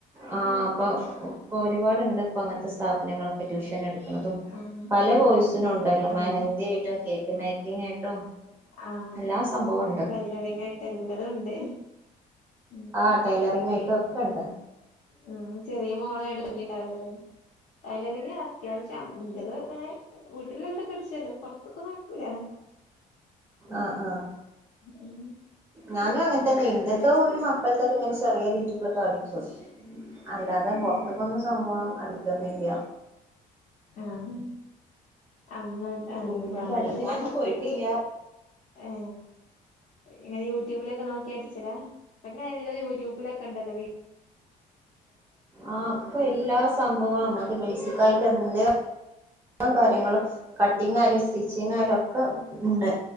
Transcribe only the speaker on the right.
ആഹ അപ്പൊ ഇപ്പൊ ഒരുപാടുണ്ട് ഇപ്പൊ അങ്ങനത്തെ സ്ഥാപനങ്ങളൊക്കെ ട്യൂഷൻ. എടുക്കണതും
പല കോഴ്സിനു
ണ്ടല്ലോ
മെഹന്ദി ആയിട്ടും കേക്ക് മേക്കിംഗ് ആയിട്ടും
എല്ലാ സംഭവം
ഉണ്ട്
ആഹ ടൈലറിങ്ങ്
ആയിട്ടും
ഒക്കെ ണ്ട്
ആഹ ആഹ
ഞാനും അങ്ങനത്തന്നെ ഇൻ്റെത് തോ മക്കൾക്കൊക്കെ ഇങ്ങനെ ചെറിയ രീതിയിലുള്ള താടി <unintelligible> അല്ലാതെ പോറത്തക്കൊന്നും
സംഭവം അടിക്കൊന്നില്ല.
പിന്നെ
പഠിക്കാനും
പോയിട്ടില്ല
ആഹ അപ്പൊ എല്ലാ സംഭവവും നമ്മുക്ക് ബേസിക്ക ആയിട്ട് എ കാര്യങ്ങളും കട്ടിങ്ങ് യാലും സ്റ്റിച്ചിങ് ആയാലും ഒക്കെ ഉണ്ട്.